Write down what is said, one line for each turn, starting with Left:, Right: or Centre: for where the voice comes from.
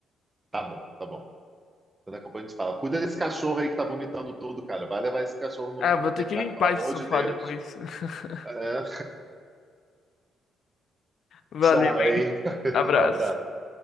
Right: Tá bom, tá bom. Então, Daqui a pouco a gente fala. Cuida desse cachorro aí que tá vomitando tudo, cara. Vai levar esse cachorro no
Left: Ah, vou
Right: veterinário,
Left: ter que limpar
Right: pelo amor
Left: esse sofá
Right: de Deus.
Left: depois. <laughs>
Right: É.
Left: Valeu,
Right: Tchau,
Left: hein?
Right: hein? <laughs>
Left: Abraço.
Right: Abraço.